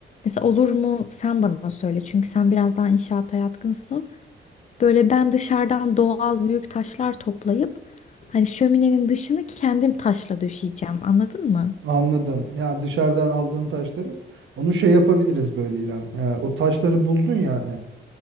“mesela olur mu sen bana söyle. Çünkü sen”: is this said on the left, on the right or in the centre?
Left